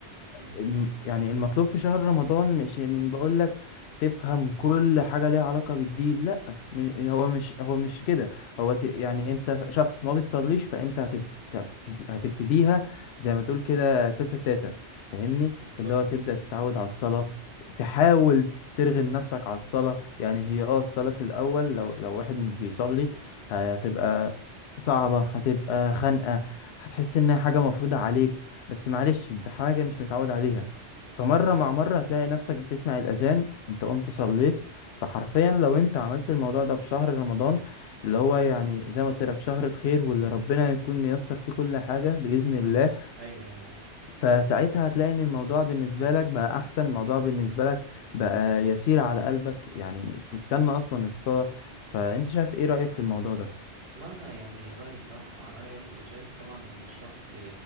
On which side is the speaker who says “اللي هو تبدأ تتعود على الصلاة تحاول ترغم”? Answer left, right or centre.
Left